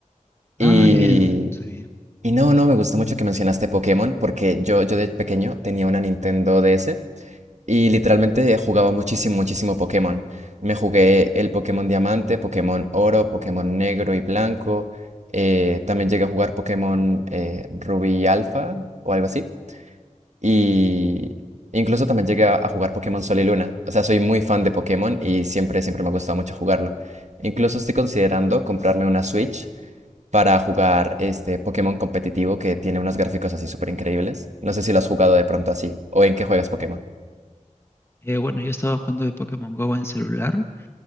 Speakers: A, on the right (about 60°); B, on the left (about 20°).
A: Y,
B: Ah, ya, ya no sabía.
A: y no, no, me gustó mucho que mencionaste Pokémon, porque yo, yo de pequeño tenía una Nintendo DS Y literalmente jugaba muchísimo, muchísimo Pokémon. Me jugué el Pokémon Diamante, Pokémon Oro, Pokémon Negro y Blanco. Eh, también llegué a jugar Pokémon eh, Rubí y Alfa o algo así. Y incluso también llegué a a jugar Pokémon Sol y Luna. O sea, soy muy fan de Pokémon y siempre, siempre me ha gustado mucho jugarlo. Incluso estoy considerando comprarme una Switch para jugar este Pokémon competitivo que tiene unos gráficos así súper increíbles. No sé si lo has jugado de pronto así o en qué juegas Pokémon.
B: Eh, bueno, yo estaba jugando de Pokémon Go en celular.